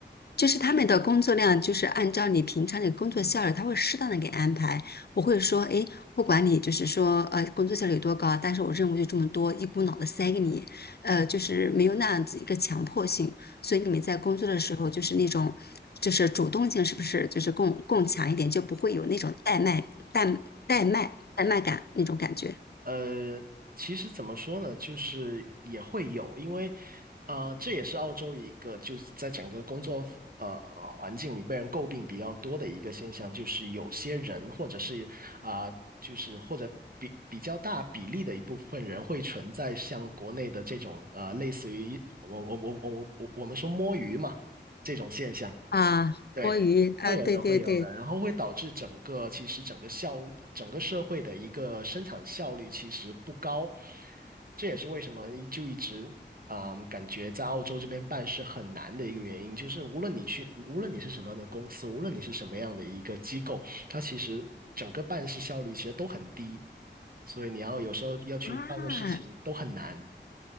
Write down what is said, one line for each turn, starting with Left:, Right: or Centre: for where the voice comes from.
Left: 就是他们的工作量，就是按照你平常的工作效率，他会适当的给安排，不会说，哎，不管你就是说，呃，工作效率有多高啊，但是我任务就这么多，一股脑的塞给你，呃，就是没有那样子一个强迫性。所以你们在工作的时候，就是那种，就是主动性是不是就是更更强一点，就不会有那种怠慢、怠怠慢、怠慢感那种感觉。
Right: 呃，其实怎么说呢，就是也会有，因为啊，这也是澳洲一个就是在整个工作呃环境里被人诟病比较多的一个现象，就是有些人或者是啊、就是或者比比较大比例的一部分人会存在像国内的这种呃类似于我我我我我我我们说摸鱼嘛这种现象。
Left: 啊，
Right: 对，
Left: 摸鱼啊，
Right: 会有的，
Left: 对对对，
Right: 会有的，然后会导致整个其实整个效率，整个社会的一个生产效率其实不高，这也是为什么一就一直啊、嗯感觉在澳洲这边办事很难的一个原因，就是无论你去，无论你是什么样的公司，无论你是什么样的一个机构，它其实整个办事效率其实都很低，所以你要有时候要去办的事情都很难。
Left: 啊，